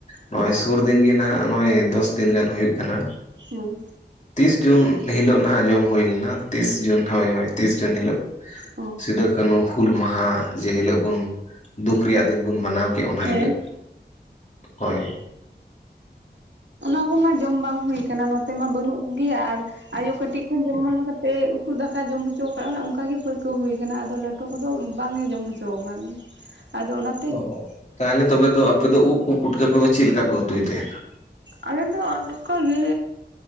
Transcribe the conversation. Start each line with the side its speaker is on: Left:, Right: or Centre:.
Left: ᱱᱚᱜᱼᱚᱭ
Right: ᱚ
Left: ᱥᱩᱨ ᱫᱤᱱ ᱜᱮ ᱱᱟᱦᱟᱸᱜ ᱱᱚᱜᱼᱚᱭ ᱫᱚᱥ ᱫᱤᱱ ᱜᱟᱱ ᱦᱩᱭᱩᱜ ᱠᱟᱱᱟ᱾
Right: ᱦᱮᱸ
Left: ᱛᱤᱥ ᱡᱩᱱ ᱦᱤᱞᱳᱜ ᱱᱟᱦᱟᱸᱜ ᱡᱚᱢ ᱦᱩᱭ ᱞᱮᱱᱟ ᱛᱤᱥ ᱡᱩᱱ ᱦᱳᱭ ᱦᱳᱭ ᱛᱤᱥ ᱡᱩᱱ ᱦᱤᱞᱳᱜ᱾
Right: ᱚ
Left: ᱥᱤᱫᱟᱹ ᱠᱟᱹᱱᱩ ᱦᱩᱞ ᱢᱟᱦᱟ ᱡᱮ ᱦᱤᱞᱳᱜ ᱵᱚᱱ ᱫᱩᱠ ᱨᱮᱭᱟᱜ ᱫᱤᱱ ᱵᱚᱱ ᱢᱟᱱᱟᱣᱼᱼ ᱠᱮᱜ ᱚᱱᱟ
Right: ᱦᱮᱸ
Left: ᱦᱤᱞᱟᱹᱜ, ᱦᱳᱭ᱾
Right: <unintelligible> ᱡᱚᱢ ᱵᱟᱝ ᱦᱩᱭ ᱠᱟᱱᱟ ᱱᱚᱛᱮ ᱢᱟ ᱵᱟᱹᱱᱩᱜ ᱠᱩ ᱜᱤᱭᱟ ᱟᱨᱼᱼ ᱟᱭᱳ ᱠᱟᱹᱴᱤᱡ ᱠᱷᱚᱱ ᱡᱮᱢᱚᱱ ᱠᱟᱛᱮᱫ ᱩᱛᱩ ᱫᱟᱠᱟ ᱡᱚᱢ ᱦᱚᱪᱚ ᱟᱠᱟᱜ ᱚᱱᱠᱟ ᱜᱮ ᱯᱟᱹᱨᱠᱟᱹᱣ ᱦᱩᱭ ᱠᱟᱱᱟ ᱟᱫᱚ ᱞᱮ ᱴᱚ ᱠᱚᱫᱚ ᱵᱟᱝᱮ ᱡᱚᱢ ᱦᱚᱪᱚ ᱠᱟᱫᱤᱧ, ᱟᱫᱚ ᱚᱱᱟᱼᱼ
Left: ᱚ ᱛᱟᱦᱚᱞᱮ ᱛᱚᱵᱮ ᱫᱚ ᱟᱯᱮ ᱫᱚ ᱩᱫ ᱠᱚ ᱯᱩᱴᱠᱟᱹ ᱠᱚᱫᱚ ᱪᱮᱫ ᱞᱮᱠᱟ ᱯᱮ ᱩᱛᱩᱭ ᱛᱟᱦᱮᱱᱟ?
Right: ᱟᱞᱮ ᱫᱚ ᱱᱩᱝᱠᱟ ᱜᱮ